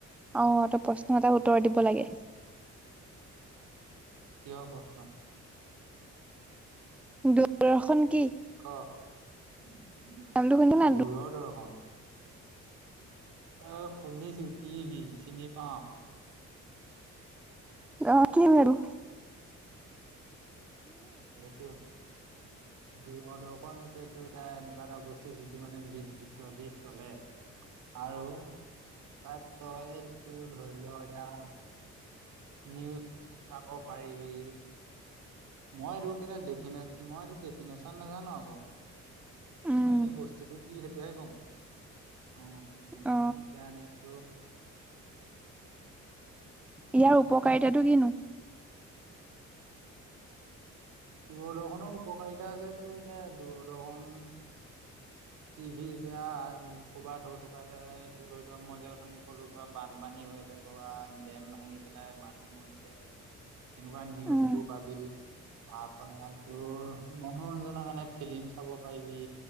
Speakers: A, in the centre; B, on the right.
A: অ ত প্ৰশ্ন এটা উত্তৰ দিব লাগে
B: কিহৰ প্ৰশ্ন
A: দূৰদৰ্শন কি?
B: ক দূৰ
A: নামটো শুনিছ নাই?
B: দৰ্শন আ শুনিছো টিভি চিনি পাওঁ
A: অ কি নো
B: সেইটো দূৰদৰ্শন যেটো এটা এনেকুৱা এটা বস্তু যিটো মানে বিদ্যুত দি চলে <unintelligible> আৰু তাত তই তোৰ ধৰি ল এতিয়া নিউজ চাব পাৰিবি। মই এইটো কেলা মই এই ডেফিনেশ্যন নাজানো আকৌ।
A: উম
B: মই এনে বস্তুটো কি সেইটোহে কম। অ', মই
A: অ
B: দিয়া নাই এইটো
A: ইয়াৰ
B: মানে
A: উপকাৰিতাটো কিনো?
B: দূৰদৰ্শনৰ উপকাৰিতা আছে টোৰ এতিয়া দূৰদৰ্শন টিভি এতিয়া কৰ'বাত ধৌ থকা এতিয়া ধৰি লোৱা মইযে অথনি কলো কিবা বান বানপানী হৈ আছে কৰবাত ডেম ভাঙি পেলাই মানুহ মৰিছে। তেনেকুৱা নিউজবোৰ
A: উম
B: পাবি তাৰপৰা তোৰ মনোৰঞ্জনৰ কাৰণে ফিল্ম চাব পাৰিবি,